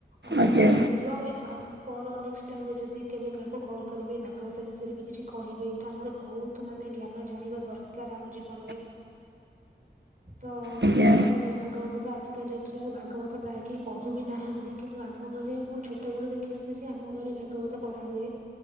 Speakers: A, on the right (about 45°); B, on the right (about 75°).
A: ଅନ୍ୟ
B: ଆଜ୍ଞା ଆଜ୍ଞା
A: କାହାକୁ ବି ଆଉ ଆଉ ପର ନେଷ୍ଟ ଟାଇମ୍ ଯଦି କେବେ କାହାକୁ କଲ୍ କରିବି ଭାଗବତ ବିଷୟରେ ବି କିଛି କହିବି। ଟା ଆମର ବହୁତ ମାନେ ଜ୍ଞାନ ଜାଣିବା ଦରକାର, ଆମ ଜୀବନରେ।
B: <inaudible>
A: ତ
B: ଆଜ୍ଞା
A: ଘରେ ଘରେ ଭାଗବତ ତ ଆଜିକା ଡେଟରେ ଆଉ ଭାଗବତ ପ୍ରାୟ କେହି ପଢ ବି ନାହାନ୍ତି କିନ୍ତୁ ଆମ ଘରେ ମୁଁ ଛୋଟବେଳୁ ଦେଖି ଆସିଛି ଆମ ଘରେ ଭାଗବତ ପଢା ହୁଏ।